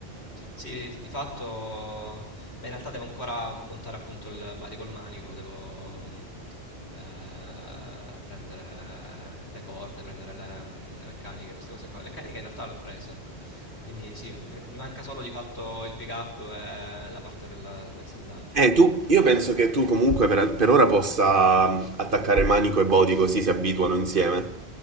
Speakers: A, on the left; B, on the right.
A: Sì, di fatto, ma in realtà devo ancora montare appunto il body col manico, devo mh, eh, prendere le corde, prendere le, mh, le meccaniche, queste cose qua. Le meccaniche in realtà le ho prese, quindi sì, mi mi manca solo di fatto il pick up e la parte del, del saldaggio.
B: Eh, tu, io penso che tu comunque per, per ora possa attaccare manico e body così si abituano insieme.